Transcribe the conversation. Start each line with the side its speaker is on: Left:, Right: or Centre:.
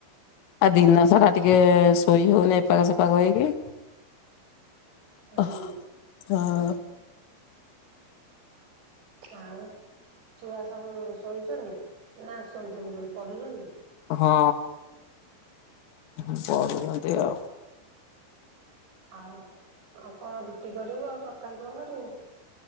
Left: ଆ ଦିନ ସାରା ଟିକେ ଶୋଇ ହଉନି ଏପାଖ ସେପାଖ ହେଇକି।
Right: ହୁଁ
Left: ଅହ୍ <unintelligible>
Right: ଆଉ ଛୁଆ ସବୁ ଶୋଇଚନି ନା ଶୋଇଚନ୍ତି କହୁଚି ପଢୁଚନ୍ତି?
Left: ହଁ ପଢୁଚନ୍ତି ଆଉ।
Right: ଆଉ -ଆଉ କଣ୍ ରୁଟି କରିବୁ ଆଉ ତରକାରୀ କଣ୍ କରିବୁ?